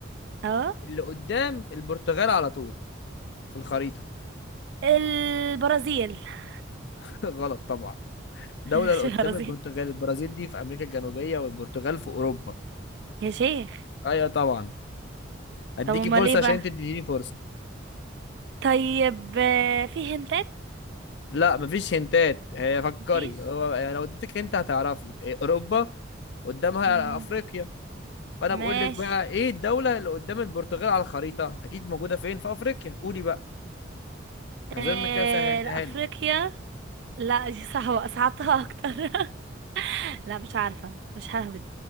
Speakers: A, on the right (about 60°); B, on the left (about 60°).
A: اه
B: اللي قدام البرتغال على طول في الخريطة
A: البرازيل <laughs>
B: <laughs> غلط طبعا دولة
A: مش
B: اللي قدام
A: البرازيل
B: البرتغال البرازيل دي في امريكا الجنوبية والبرتغال في اوروبا
A: يا شيخ
B: ايوه طبعا هديكي
A: طب امال
B: فرصة
A: ايه بقى
B: عشان تديني فرصة
A: طيب آه، في هنتات
B: لا مفيش هنتات هي فكري
A: مفيش
B: هو يعني لو اديتك هنت هتعرفي إيه، اوروبا قدامها
A: مم.
B: افريقيا فانا بقول
A: ماشي
B: لك بقى ايه الدوله اللي قدام البرتغال على الخريطه اكيد موجوده فين في افريقيا قولي بقى اظن
A: آه،
B: كده سهلتها
A: لا، افريقيا
B: لك
A: لا دي صعبة صعبتها اكتر <laughs> لا مش عارفة مش ههبد